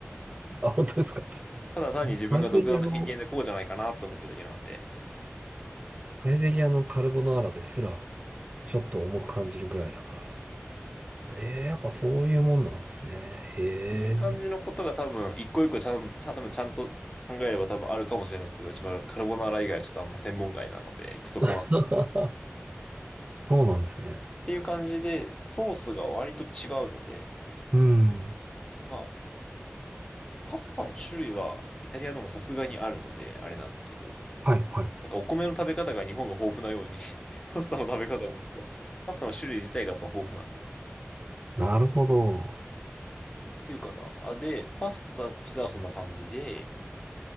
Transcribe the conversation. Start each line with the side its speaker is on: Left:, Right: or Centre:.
Left: ら。
Right: あ、本当ですか。
Left: ただ単に自分が独断と偏見でこうじゃないかなと思ってるだけなんで、
Right: サイゼリアの、サイゼリアのカルボナーラですら、ちょっと重く感じるぐらいだから。ええ、やっぱそういうもんなんですね。へえ。
Left: っていう感じのことが多分、一個一個ちゃん、ちゃん、多分ちゃんと考えれば多分あるかもしれないですけど、一番カルボナーラ以外はちょっとあんま専門外なので、ちょっとこの、
Right: <laughs>
Left: っ
Right: そうなんですね。
Left: ていう感じで、ソースが割と違うので、
Right: うん。
Left: まあ、パスタの種類はイタリアの方がさすがにあるので、あれなんですけど、
Right: はい、はい。
Left: なんかお米の食べ方が日本が豊富なように <laughs> パスタの食べ方もなんか、パスタの種類自体がやっぱ豊富なので、
Right: なるほど。
Left: ていうかな。あ、で、パスタ、ピザはそんな感じで、